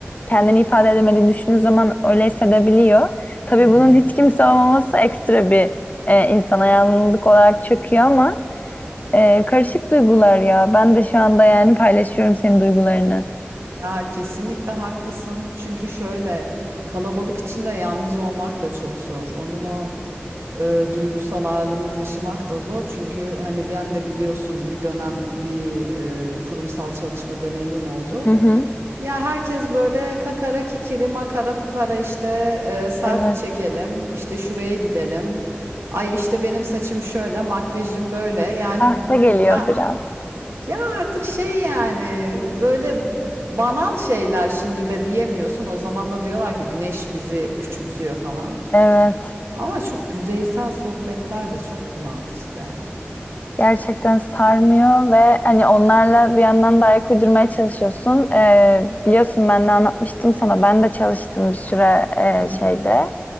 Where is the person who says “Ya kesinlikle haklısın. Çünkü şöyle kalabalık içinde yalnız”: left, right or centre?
Right